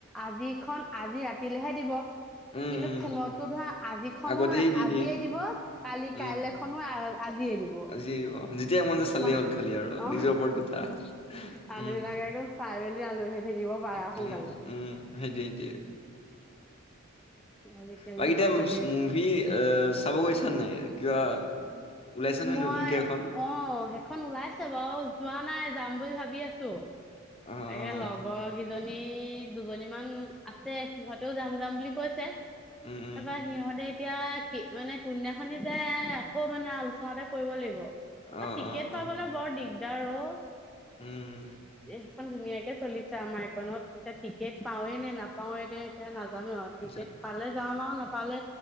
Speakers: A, in the centre; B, on the left.
A: আজি খন আজি ৰাতিলেহে দিব।
B: উম,
A: কিন্তু
B: উম,
A: ফোনতো ধৰা আজি খন
B: আগতেই দি
A: আজিয়ে
B: দিয়ে
A: দিব কালি
B: উম।
A: কাইলে খন আজিয়ে দিব
B: আজি অ', যেতিয়া মন যায় চালেই
A: ম
B: হ'ল খালি আৰু
A: অ
B: নিজৰ ওপৰত কথা
A: মানুহ
B: উম।
A: বিলাক একদম চাই মেলি আজহী থাকিব পাৰা সোনকালে।
B: উম উম সেই দ সেইতি
A: আজিকালি
B: বাকী এতিয়া
A: সঁচাকে
B: মুভি এ চাব গৈছা নাই কিবা ওলাইছে নহয়
A: মই
B: নতুনকে এখন?
A: অ সেইখন ওলাইছে বাৰু যোৱা নাই যাম বুলি ভাবি আছো
B: অ', অ',
A: তাকে লগৰ গি এজনী দুজনী মমান আছে সিহঁতেও যাম যাম বুলি কৈছে
B: উম, উম,
A: তাৰপৰা সিহঁতে এতিয়া মানে কোন দিনা খনি যায় যে আকৌ মানে আলোচনাতে কৰিব লাগিব
B: অ',
A: টিকেট
B: অ'।
A: পাবলে বৰ দিগদাৰ অ
B: উম
A: এইখন ধুনীয়াকে চলিছে আমাৰ এইকণত তাটি গেট পাওঁনে নে নাপাওৱে ন এতিয়া নাজানো আৰু
B: যা-
A: গেট পালে যাাম আৰু ন আৰু